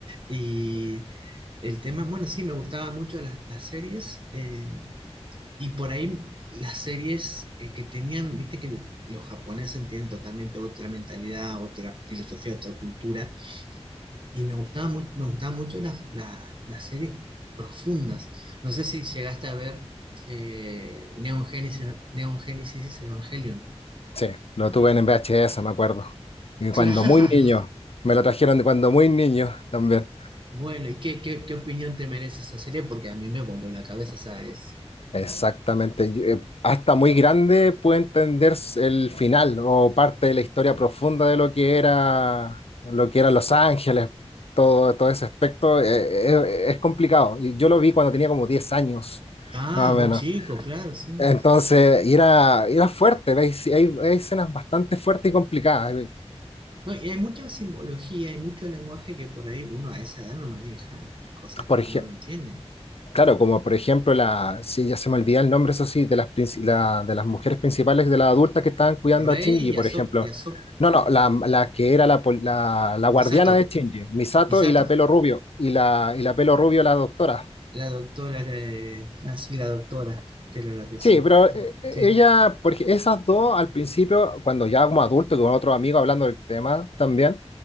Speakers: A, on the right; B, on the left.
A: Y el tema, bueno, sí, me gustaban mucho las, las series. eh, y por ahí las series eh, que tenían, viste que los japoneses tienen totalmente otra mentalidad, otra filosofía, otra cultura. Y me gustaban, mu- me gustaban mucho las, las, las series profundas. No sé si llegaste a ver eh, Neon Genesis, Neon Genesis Evangelion. <laughs>
B: Sí, lo tuve en VHS, me acuerdo. Y
A: Claro.
B: cuando muy niño, me lo trajeron de cuando muy niño también.
A: Bueno, ¿y qué, qué, qué opinión te merece esa serie? Porque a mí me voló la cabeza, ¿sabes?
B: Exactamente. Y, eh, Hasta muy grande puede entender s- el final o parte de la historia profunda de lo que era, lo que era Los Ángeles, todo, todo ese aspecto. eh, eh, es complicado. Y Yo lo vi cuando tenía como 10 años,
A: Ah,
B: más
A: muy
B: o menos.
A: chico, claro, sí.
B: Entonces, y era, era fuerte. ¿veis? Sí, Hay, hay escenas bastante fuertes y complicadas.
A: No, y hay mucha simbología, hay mucho lenguaje que por ahí uno a esa edad no maneja y cosas
B: Por
A: que
B: ejemplo.
A: uno no entiende.
B: Claro, como por ejemplo, la, sí, ya se me olvida el nombre, eso sí, de las, princi- la- de las mujeres principales de las adultas que estaban cuidando
A: Rey
B: a Shinji,
A: y
B: por
A: Ahsoka,
B: ejemplo.
A: y Ahsoka-
B: No, no, la, la que era la, pol- la, la guardiana
A: Misato,
B: de Shinji, Misato
A: Misato,
B: y la pelo rubio, y la, y la pelo rubio la doctora.
A: la doctora de... Ah, sí, la doctora, que era la que sí.
B: Sí, pero eh, eh,
A: Sí,
B: ella, porque esas dos al principio, cuando ya como adulto, con otro amigo hablando del tema también,